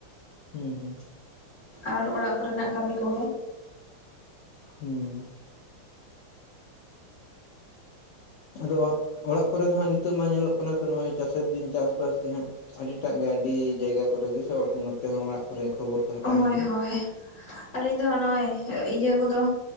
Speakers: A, on the left; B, on the left.
A: ᱦᱩᱸ ᱦᱩᱸ᱾
B: ᱟᱨ ᱚᱲᱟᱜ ᱠᱚᱨᱮᱱᱟᱜ ᱠᱟᱹᱢᱤ ᱠᱚ᱾
A: ᱦᱩᱸ᱾ ᱟᱫᱚ ᱚᱲᱟᱜ ᱠᱚᱨᱮ ᱫᱚ ᱦᱟᱸᱜ ᱱᱤᱛᱚᱜ ᱢᱟ ᱧᱮᱞᱚᱜ ᱠᱟᱱᱟ ᱛᱚ ᱱᱚᱜᱚᱭ ᱪᱟᱥᱮᱫ ᱫᱤᱱ ᱪᱟᱥᱵᱟᱥ ᱜᱮᱦᱟᱸᱜ᱾ ᱟᱹᱰᱤᱴᱟᱜ ᱜᱮ ᱟᱹᱰᱤ ᱡᱟᱭᱜᱟ ᱠᱚᱨᱮ ᱜᱮ ᱥᱮ ᱱᱚᱛᱮ ᱦᱚᱸ ᱚᱲᱟᱜ ᱠᱚᱨᱮ ᱠᱷᱚᱵᱚᱨ ᱠᱚ ᱦᱟᱛᱟᱣ
B: ᱦᱳᱭ
A: ᱦᱩᱭᱱᱟ
B: ᱦᱳᱭ ᱟᱹᱞᱤᱧ ᱫᱚ ᱱᱚᱜᱼᱚᱭ ᱤᱭᱟᱹ ᱠᱚᱫᱚ